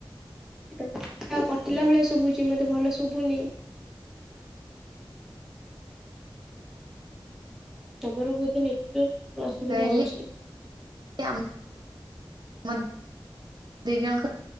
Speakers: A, in the centre; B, on the right (about 55°).
A: ତମ କଥା କଟିଲା ଭଳିଆ ଶୁଘୁଛି ମତେ ଭଲ ଶୁଭୁନି। ତମର ବୋଧେ ନେଟୱାର୍କ ଅସୁବିଧା
B: କହିଲି
A: ହୋଉଛି?
B: <unintelligible> ଦି ଜଣଙ୍କ